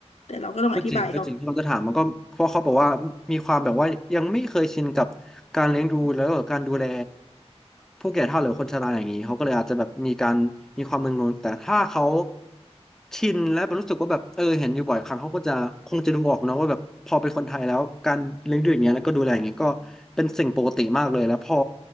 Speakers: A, on the left; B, in the centre.
A: แต่เราก็ต้องอธิบายเขา
B: ก็จริงก็จริงที่เขาจะถามมันก็เพราะเขาบอกว่ามีความแบบว่ายังไม่เคยชินกับการเลี้ยงดูแล้วก็การดูแลผู้แก่เฒ่าหรือคนชราอย่างนี้เขาก็เลยอาจจะแบบมีการมีความมึนงงแต่ถ้าเขาชินและรู้สึกว่าแบบเออเห็นอยู่บ่อยครั้งเขาก็จะคงจะดูออกนะว่าแบบพอเป็นคนไทยแล้วการเลี้ยงดูอย่างเงี้ยแล้วก็ดูแลอย่างเงี้ยก็เป็นสิ่งปกติมากเลยแล้วพอ